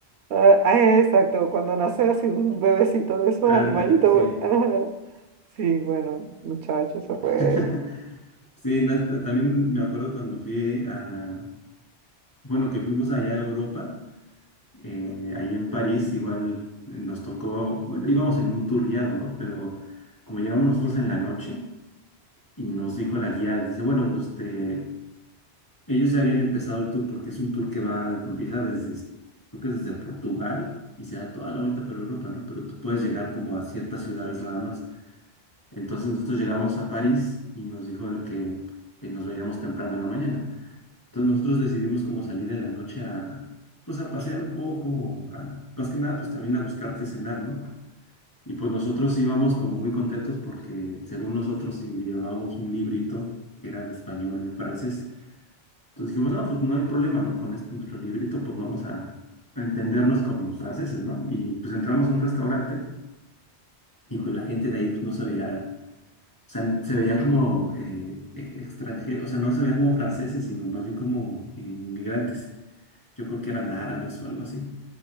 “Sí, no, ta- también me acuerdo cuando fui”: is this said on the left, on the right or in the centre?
Left